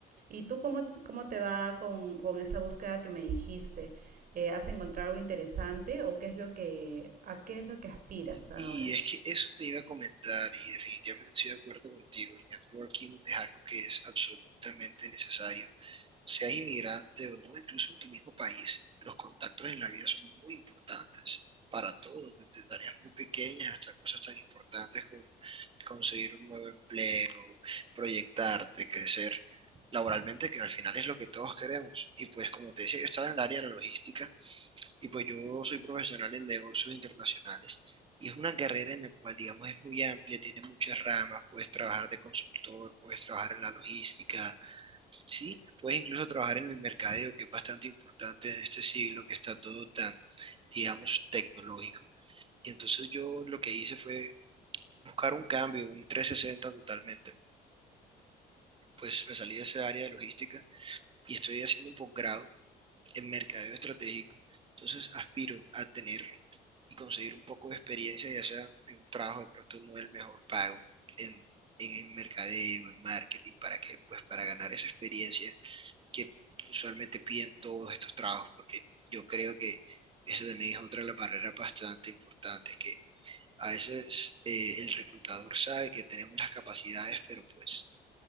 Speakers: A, on the right; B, on the right.
A: ¿Y tú cómo, cómo te va con, con esa búsqueda que me dijiste? Eh, ¿has encontrado algo interesante o qué es lo que, a qué es lo que aspiras ahora?
B: Y es que eso te iba a comentar y definitivamente estoy de acuerdo contigo, el networking es algo que es absolutamente necesario seas inmigrante o no, incluso en tu mismo país, los contactos en la vida son muy importantes para todos, desde tareas muy pequeñas hasta cosas tan importantes como conseguir un nuevo empleo, proyectarte, crecer laboralmente, que al final es lo que todos queremos. Y pues como te decía, yo estaba en el área de la logística y pues yo soy profesional en negocios internacionales. Y es una carrera en la cual, digamos, es muy amplia, tiene muchas ramas, puedes trabajar de consultor, puedes trabajar en la logística, Sí, puedes incluso trabajar en el mercadeo, que es bastante importante en este siglo que está todo tan, digamos, tecnológico. Y entonces yo lo que hice fue buscar un cambio, un 360 totalmente. Pues me salí de esa área de logística y estoy haciendo un posgrado en mercadeo estratégico. Entonces aspiro a tener y conseguir un poco de experiencia, ya sea en un trabajo de pronto no el mejor pago, en, en el mercadeo, en marketing, para que, pues para ganar esa experiencia que usualmente piden todos estos trabajos, porque yo creo que eso también es otra de las barreras bastante importantes, que a veces eh, el reclutador sabe que tenemos las capacidades, pero pues